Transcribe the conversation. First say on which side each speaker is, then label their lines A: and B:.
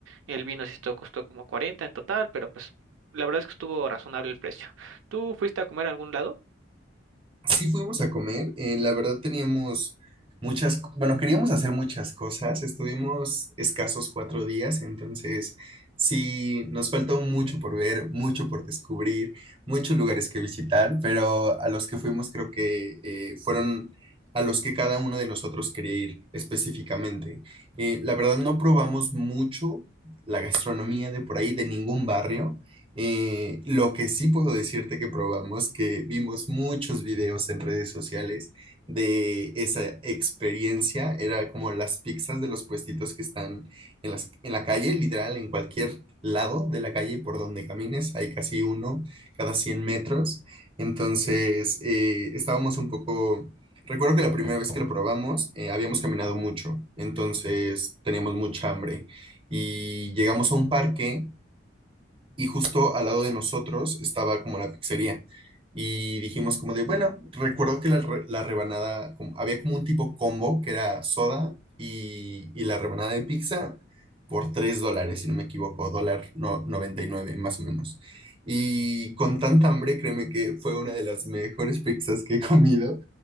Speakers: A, on the right; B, on the right.
A: el vino sí esto costó como 40 en total, pero pues la verdad es que estuvo razonable el precio. ¿Tú fuiste a comer a algún lado?
B: Sí fuimos a comer, eh, la verdad teníamos muchas, co- bueno, queríamos hacer muchas cosas, estuvimos escasos cuatro días, entonces sí, nos faltó mucho por ver, mucho por descubrir, muchos lugares que visitar, pero a los que fuimos creo que eh, fueron a los que cada uno de nosotros quería ir específicamente. Eh, la verdad no probamos mucho la gastronomía de por ahí, de ningún barrio. Eh, lo que sí puedo decirte que probamos, que vimos muchos videos en redes sociales de esa experiencia, era como las pizzas de los puestitos que están en las, en la calle, literal, en cualquier lado de la calle por donde camines, hay casi uno cada 100 metros. Entonces, eh, estábamos un poco... Recuerdo que la primera vez que lo probamos, eh, habíamos caminado mucho, entonces teníamos mucha hambre y llegamos a un parque y justo al lado de nosotros estaba como la pizzería. Y dijimos como de, bueno, recuerdo que la, re- la rebanada, como- había como un tipo combo que era soda y, y la rebanada de pizza por 3 dólares, si no me equivoco, dólar no, 99 más o menos. Y con tanta hambre, créeme que fue una de las mejores pizzas que he comido.